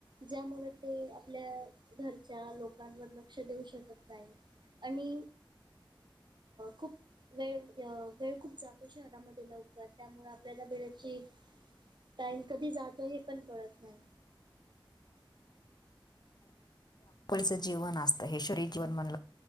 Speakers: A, on the right; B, on the left.
A: ज्यामुळे ते आपल्या घरच्या लोकांवर लक्ष देऊ शकत नाही आणि खूप वेळ अ वेळ खूप जातो शहरामध्ये लवकर त्यामु आपल्याला वेळेची टाईम कधी जातो हे पण कळत नाही
B: लीच जीवन असतं हे शरी जीवन म्हण